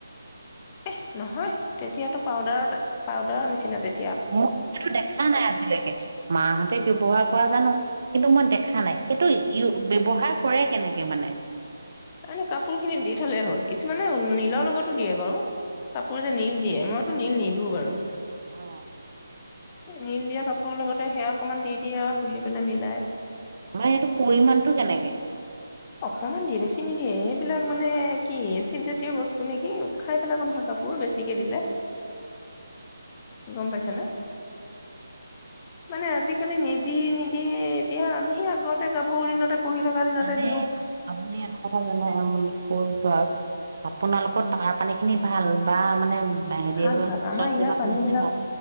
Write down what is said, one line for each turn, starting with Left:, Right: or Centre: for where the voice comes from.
Left: এহ নহয় তেতিয়াতো পাউদাৰত পাউদাৰৰ নিচিনা তেতি
Right: মোৰটো দেখা নাই আজিলৈকে মাহঁতে ব্য্ৱহাৰ পৰা জানো কিন্তু মই দেখা নাই সেইটো ই ব্য্ৱহাৰ কৰে কেনেকে মানে
Left: তাৰে কাপোৰ খিনি দি থলে হ'ল কিছুমানে নীলৰ লগতো দিয়ে বাৰু কাপোৰ যে নীল দিয়ে মইতো নীল নিদো বাৰু
Right: অ
Left: নীল দিয়া কাপোৰৰ লগতে সেয়া অকণমান দি দিয়ে আৰু গুলি পেলাই মিলাই
Right: আমাৰ এইটো পৰিমাণটো কেনেকে
Left: অকমান দেৰি চিন নি দিয়ে এইবিলাক মানে কি এ চিদ জাতীয় বস্তু নেকি খাই পেলাক নহয় কাপোৰ বেছিকে দিলে গম পাইছে নে মানে আজিকালি নিদি নিদি এতিয়া আমি আগতে গাভৰি দিনতে পঢি থকা দিনহতে
Right: এ, আপুনি এটা কথা জানে? কৈছোঁ আৰু আপোনালোকৰ তাৰ পানী খিনি ভাল বা মানে বাহে
Left: ভাল
Right: লৈ
Left: ভাল আমাৰ
Right: চব জেগা
Left: ইয়াৰ
Right: পানী খিনি
Left: বিলাক
Right: ভাল